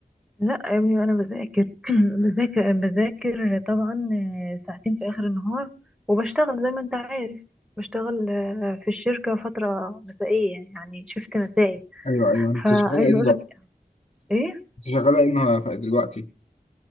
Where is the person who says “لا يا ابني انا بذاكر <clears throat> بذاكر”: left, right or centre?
Centre